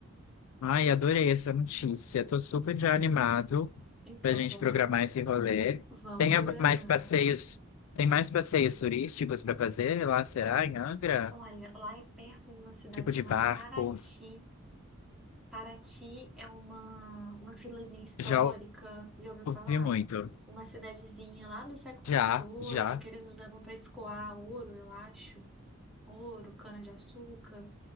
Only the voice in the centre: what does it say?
Então,
vamos,
vamos
programar.
Olha, lá é perto de uma cidade
chamada
Paraty. Paraty é uma, uma vilazinha histórica,
já ouviu
falar?
Uma cidadezinha lá do século
XVIII,
que eles usavam para escoar ouro, eu acho. Ouro, cana-de-açúcar.